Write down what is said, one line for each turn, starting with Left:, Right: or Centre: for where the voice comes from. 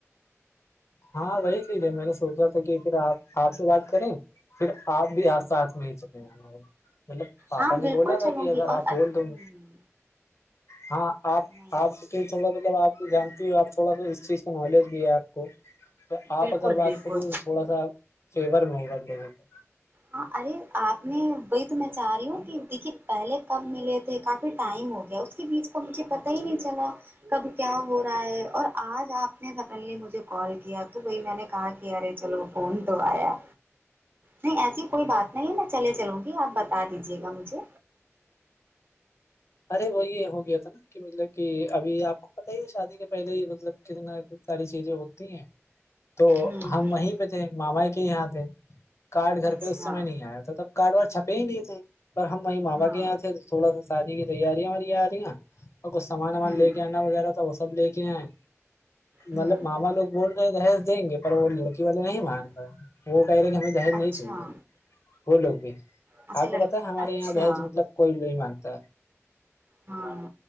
Left: ہاں وہی پ رہے میں نے سوچا تھا کہ پھر آپ آپ سے بات کریں پھر آپ بھی آاتھ مل سکے ہیں ہمارے مطلب پاپا
Right: ہاں
Left: نے
Right: بالکل
Left: بولا
Right: چلوں
Left: تھا کہ اگر
Right: گی اور
Left: آپ
Right: اچ-
Left: بول دو
Right: ہوں-
Left: گ
Right: ہوں،
Left: ہاں آج
Right: نہیں
Left: آج تھوڑا سلب آپ کو جانتی ہو آپ تھوڑا سا اس چیز کا نالج بھی ہے آپ کو تو
Right: بالکل
Left: آپ اگر بات
Right: بالکل
Left: کرو گے تو تھوڑا سا فیور میں ہوگا لوگوں کا
Right: ہاں ارے آپ نے وہی تو میں چاہ رہی ہوں کہ دیکھیے پہلے کب ملے کافی ٹائم ہو گیا اس کے بیچ کا مجھے پتہ ہی نہیں چلا کب کیا ہو رہا ہے اور آج آپ نے سڈنلی مجھے کال کیا تو وہی میں نے کہا کہ کہ یارے چلو فون تو آیا نہیں ایسی کوئی بات نہیں ہے میں چلے چلوں گی آپ بتا دیجیے گا مجھے
Left: ارے وہی ہو گیا تھا نا کہ مطلب کہ ابھی آپ کو پت ہی ہے شادی کے پہلے ہی مطلب کتناتنا ساری چیزیں ہوتی ہیں تو
Right: ہوں
Left: ہم وہیں پہ تھے ماما کے یہاں تھے کارڈ گھر
Right: اچھا
Left: پہ اس سمے نہیں آیا تھا تب کارڈ وار چھپے ہی نہیں تھے پر ہم وہیں ماںابا
Right: ہاں
Left: کے یہاں تھے تو تھوڑا سا شادی کی تیاریاں وییا آ رہی ہیں اور کچھ سامان وامان
Right: ہوں
Left: لے کے آنا وغیرہ تو وہ سب لے کے آئیں
Right: ہوں
Left: مطلب ماما لوگ بولنے رہس دیں گے پر وہ لڑکی والے نہیں
Right: ہوں
Left: وہاں وہ کہہ رہے کہ ہمیں دہر
Right: اچھا
Left: نہیں چاہیے وہ لوگ بھی
Right: اچھا
Left: آپ
Right: لڑکی
Left: کو پت ہے ہمارے
Right: اچھا
Left: یہاں دہج مطلب کوئی نہیں مانتا
Right: ہاں